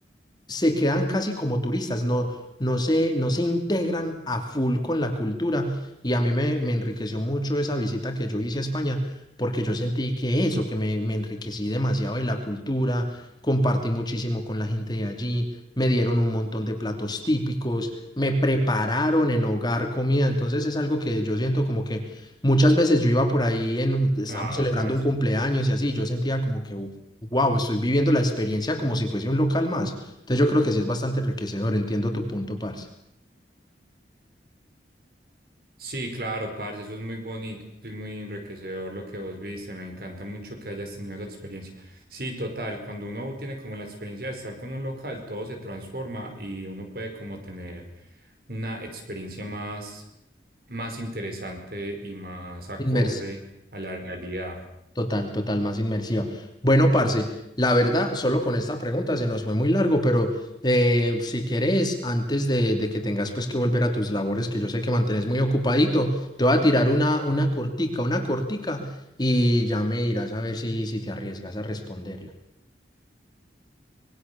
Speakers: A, on the left; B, on the right.
A: se quedan casi como turistas, no, no se, no se integran a full con la cultura. Y a mí me, me enriqueció mucho esa visita que yo hice a España, porque yo sentí que eso, que me, me enriquecí demasiado de la cultura, compartí muchísimo con la gente de allí, me dieron un montón de platos típicos, me prepararon en hogar comida. Entonces es algo que yo siento como que muchas veces yo iba por ahí, en, estábamos
B: Ah,
A: celebrando
B: parce.
A: un cumpleaños y así, yo sentía como que, wow, estoy viviendo la experiencia como si fuese un local más. Entonces yo creo que sí es bastante enriquecedor, entiendo tu punto, parce.
B: Sí, claro, parce, eso es muy bonito y muy enriquecedor lo que vos viste. Me encanta mucho que hayas tenido esa experiencia. Sí, total, cuando uno tiene como la experiencia de estar con un local, todo se transforma y uno puede como tener una experiencia más, más interesante y más acorde
A: Inmersiva.
B: a la realidad.
A: Total, total, más inmersiva. Bueno, parce, la verdad, solo con esta pregunta se nos fue muy largo, pero eh, si quieres antes de, de que tengas pues que volver a tus labores, que yo sé que mantenés muy ocupadito, te voy a tirar una, una cortica, una cortica, y ya me dirás a ver si, si te arriesgas a responderla.